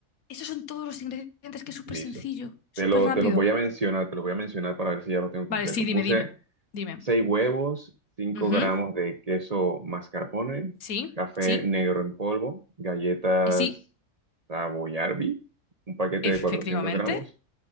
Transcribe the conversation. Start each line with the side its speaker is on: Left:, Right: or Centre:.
Left: Esos son todos los ingredientes que es súper
Right: Listo.
Left: sencillo,
Right: Te
Left: súper
Right: lo,
Left: rápido.
Right: te los voy a mencionar, te los voy a mencionar para ver si ya lo tengo
Left: Vale,
Right: completo.
Left: sí, dime,
Right: Puse
Left: dime, dime.
Right: seis huevos, cinco
Left: Ujú,
Right: gramos de queso mascarpone,
Left: Sí,
Right: café
Left: sí.
Right: negro en polvo, galletas
Left: Eh, sí,
Right: Savoyardi, un paquete
Left: efectivamente.
Right: de 400 gramos,